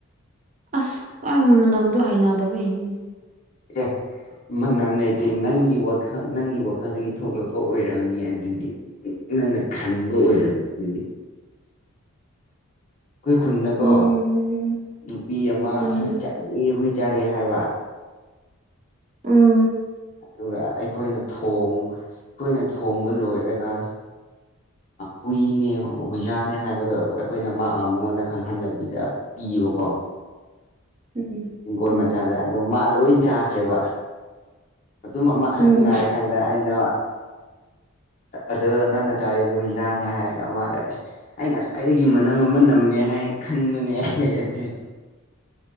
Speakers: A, on the right; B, on the left.
A: ꯑꯁ ꯑꯩ ꯃꯅꯝꯗꯣ ꯍꯩꯅꯗꯕꯩꯅꯤꯅꯦ
B: ꯑ ꯃꯅꯝ ꯂꯩꯇꯦ ꯅꯪꯒꯤ ꯋꯥꯈꯜ ꯅꯪꯒꯤ ꯋꯥꯈꯜꯗꯒꯤ ꯊꯣꯛꯂꯛꯄ ꯑꯣꯏꯔꯝꯅꯤ ꯑꯗꯨꯗꯤ ꯅꯪꯅ ꯈꯟꯕ ꯑꯣꯏꯔꯝꯃꯤ ꯑꯗꯨꯗꯤ ꯑꯩꯈꯣꯏ ꯈꯨꯟꯅꯀꯣ
A: ꯎꯝ
B: ꯅꯨꯄꯤ ꯑꯃ
A: ꯎꯝ
B: ꯍꯨꯏ ꯆꯥꯗꯦ ꯍꯨꯏ ꯆꯥꯗꯦ ꯍꯥꯏꯕ
A: ꯎꯝ
B: ꯑꯗꯨꯒ ꯑꯩꯈꯣꯏꯅ ꯊꯣꯡ ꯑꯩꯈꯣꯏꯅ ꯊꯣꯡꯕ ꯂꯣꯏꯔꯒ ꯍꯨꯏꯅꯦ ꯍꯨꯏꯁꯥꯅꯦ ꯍꯥꯏꯕꯗꯣ ꯑꯩꯈꯣꯏꯅ ꯃꯉꯣꯟꯗ ꯈꯪꯍꯟꯗꯕꯤꯗ ꯄꯤꯌꯦꯕꯀꯣ
A: <unintelligible>
B: ꯇꯤꯡꯀꯣꯠ
A: ꯎꯝ
B: ꯃꯆꯥꯗ ꯑꯗꯣ ꯃꯥ ꯂꯣꯏ ꯆꯥꯈ꯭ꯔꯦꯕ ꯑꯗꯨꯝ ꯑꯃꯈꯛ
A: ꯎꯝ
B: ꯉꯥꯏ ꯀꯥꯟꯗ ꯑꯩꯅ ꯑꯗꯣ ꯅꯪꯅ ꯆꯥꯔꯤꯗꯨ ꯍꯨꯏꯁꯥꯅꯦ ꯍꯥꯏꯔꯒ ꯃꯥꯗ ꯑꯁ ꯑꯩ ꯉꯁ꯭ꯋꯥꯏꯗꯒꯤ ꯃꯅꯝ ꯑꯃ ꯅꯝꯃꯦ ꯍꯥꯏꯅ ꯈꯟꯕꯅꯦ ꯑꯩ